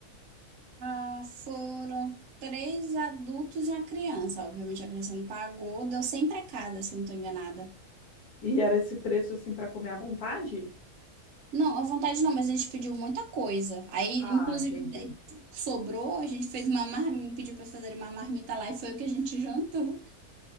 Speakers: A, on the right; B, on the left.
A: Ah, foram três adultos e uma criança. Obviamente a criança não pagou, deu 100 pra cada, se eu não tô enganada.
B: E era esse preço, assim, para comer à vontade?
A: Não, à vontade não, mas a gente pediu muita coisa. Aí,
B: Ah,
A: inclusive,
B: entendi.
A: eh, sobrou, a gente fez uma marmita, pediu para fazer uma marmita lá e foi o que a gente <laughs> jantou.